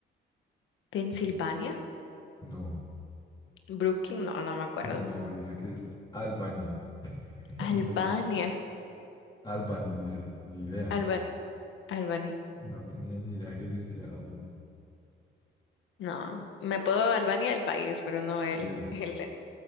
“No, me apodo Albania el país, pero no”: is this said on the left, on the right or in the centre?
Left